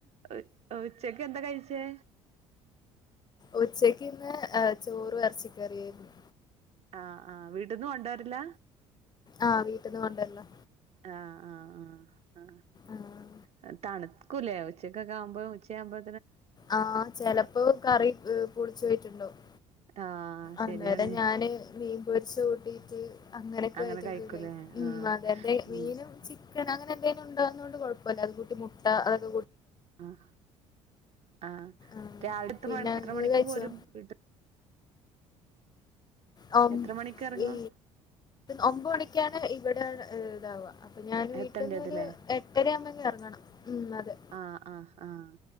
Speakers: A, on the right; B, on the left.
A: ഉ ഉച്ചക്ക് <unintelligible> എന്താ കഴിച്ചേ
B: ഉച്ചക്ക് ഇന്ന് ചോരും ഇറച്ചി കറിയായിരുന്നു
A: ആ ആ വീട്ടീന്ന് കൊണ്ടുവരല
B: ആ വീട്ടീന്ന് കൊണ്ട് വരലാ
A: ആ ആ ആ
B: ആഹ്
A: ആ തണുക്കൂല്ലേ ഉച്ചക്കൊക്കെ ആവുമ്പോ ഉച്ച ആകുമ്പോ
B: ആഹ് ചെിലപ്പോ കറി പുളിച്ചൊയിട്ടുണ്ടാവും
A: ആഹ്
B: അതേ
A: ശരിയാണ്
B: അതെ ഞാന് മീൻ പൊരിച്ചത് കൂട്ടി അങ്ങനെയൊക്കെ
A: അങ്ങനെ
B: ആയിട്ടക്കെ
A: കഴിക്കൂലേ
B: കഴിക്കും ഉം
A: ആഹ്
B: അതെ എന്തേലും മീനും
A: ഉം
B: ചിക്കന അങ്ങനെ എന്തേ ഉണ്ടരിന്നോണ്ട് കൊഴപ്പമില്ല അത് കൂട്ടി മുട്ട അത്
A: ആഹ് ആഹ്
B: ആഹ്
A: രാവിലെ എത്ര
B: പിന്നെ
A: മണി എത്ര
B: ഇങ്ങള്
A: മണിക്ക്
B: കഴിച്ചോ
A: പോരും വീട്ട്
B: ഓ
A: എത്ര മണിക്ക് എറങ്ങും
B: ഈ ഒമ്പത് മണിക്കാണ് ഇവിടെ ഇതാവുക അപ്പൊ ഞാൻ വീട്ട്ന്നൊരു
A: എത്തണ്ടേതില്ലേ
B: എട്ടരയാവുമ്പ
A: ആഹ്
B: ഇങ്ങ് ഇറങ്ങണം ഉം അതെ
A: ആഹ് ആഹ് ആഹ്